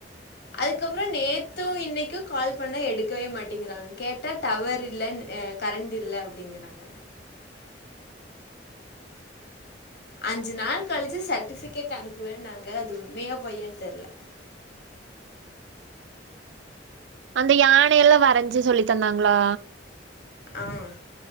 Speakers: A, on the left; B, on the right.
A: அதுக்கப்பறம் நேத்தும் இன்னைக்கும் கால் பண்ண எடுக்கவே மாட்டேங்கிறாங்க கேட்டா டவர் இல்ல கரண்ட் இல்ல அப்படிங்கறாங்க அஞ்சு நாள் கழிச்சு சர்ட்டிபிகேட் அனுப்புவேன்னு நாங்க அது உண்மையா பொய்யான்னு தெரியல
B: அந்த யானையெல்லாம் வரைஞ்சு சொல்லி தந்தாங்களா
A: ஆஹ்